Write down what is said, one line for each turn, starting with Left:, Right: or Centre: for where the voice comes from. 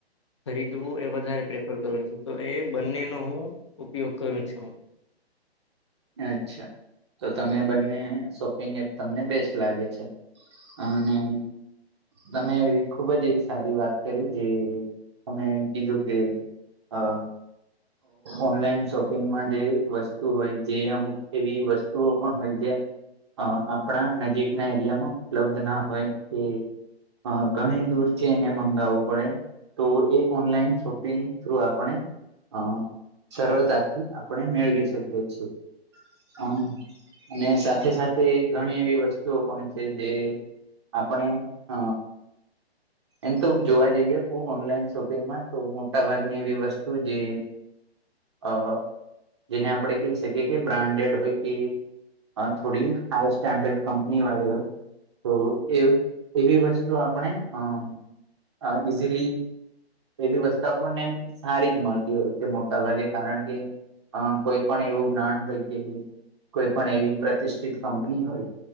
Left: ખરીદવું એ વધારે પ્રેફર કરું છું તો એ બંનેનો હું ઉપયોગ કરું છું
Right: અચ્છા તો તમે બંને શોપિંગ એપ તમને બેસ્ટ લાગે છે હા અને તમે એવી ખુબ જ એવી સારી વાત કરી જે તમે કીધું કે અ ઓનલાઈન શોપિંગમાં જે વસ્તુ હોય જે અમુક એવી વસ્તુઓ પણ હોય જ્યાં હા આપણા નજીકના એરિયામાં ઉપલબ્ધ ના હોય એ હા ઘણી દૂર છે એને મંગાવવું પડે તો એ ઓનલાઈન શોપિંગ થ્રુ આપણે અ સરળતાથી આપણે મેળવી શકીએ છીએ અ અને સાથે સાથે ઘણી એવી વસ્તુઓ પણ છે જે આપણે હ એમ તો જોવા જઈએ ઓનલાઈન શોપિંગમાં તો મોટ્ટા ભાગની એવી વસ્તુ જે અ જેને આપણે કહી શકીએ કે બ્રાન્ડેડ હોય કે હા થોડી હાઈ સ્ટેન્ડર્ડ કંપની વાળી હોય તો એ એવી વસ્તુ આપણે અ ઈઝીલી એવી વસ્તુ આપણનેમ સારી જ મળતી હોય છે મોટા ભાગે કારણ કે અ કોઈ પણ એવું બ્રાન્ડ હોય કે કોઈ પણ એવી પ્રતિષ્ઠિત કંપની હોય